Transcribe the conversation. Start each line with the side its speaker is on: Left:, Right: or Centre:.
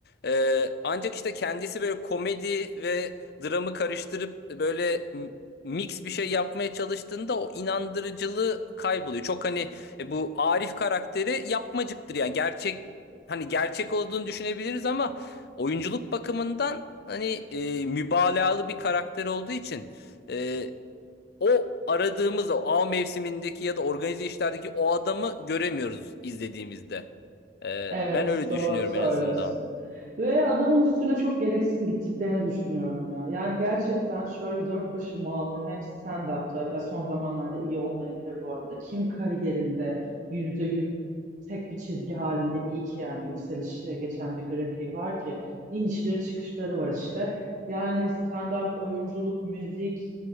Left: E, ancak işte kendisi böyle komedi ve dramı karıştırıp böyle m- mix bir şey yapmaya çalıştığında o inandırıcılığı kayboluyor. Çok hani e bu Arif karakteri yapmacıktır yani gerçek hani gerçek olduğunu düşünebiliriz ama oyunculuk bakımından hani e, mübalağalı bir karakter olduğu için e, o aradığımız o av mevsimindeki ya da organize işlerdeki o adamı göremiyoruz izlediğimizde. E,
Right: Evet
Left: ben öyle
Right: doğru
Left: düşünüyorum
Right: söylüyorsun.
Left: en azından.
Right: Ve adamın üstüne çok gereksiz gittiklerini düşünüyorum ya. Yani gerçekten şöyle dört başı mamur hem stand-up'ta ya son zamanlarda iyi olmayabilir bu arada. Kim kariyerinde yüzde tek bir çizgi halinde iyi ki yani yükselişiyle geçen bir grafiği var ki inişleri çıkışları var işte. Yani stand-up, oyunculuk, müzik,